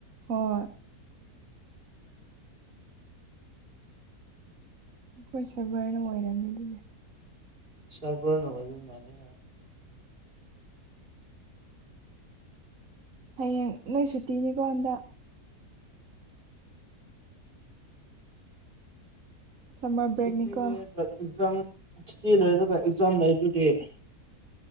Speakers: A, on the right; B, on the right.
A: ꯍꯣꯏ ꯑꯩꯈꯣꯏ ꯁꯚꯔꯅ ꯑꯣꯏꯔꯝꯅꯤ ꯑꯗꯨꯅꯦ
B: ꯁꯔꯄꯔ ꯅꯒꯣꯏ ꯎ ꯃꯥꯦ
A: ꯍꯌꯦꯡ ꯅꯣꯏ ꯁꯨꯇꯤꯅꯤꯀꯣ ꯍꯟꯗ ꯁꯝꯃꯔ ꯕ꯭ꯔꯦꯛꯅꯤꯀꯣ
B: ꯐꯤꯐꯇꯤꯅꯦ ꯕꯠ ꯑꯦꯛꯖꯥꯝ ꯁꯤꯛꯁꯇꯤ ꯂꯩꯔꯒ ꯑꯦꯛꯖꯥꯝ ꯂꯩꯗꯨꯒꯤ ꯇ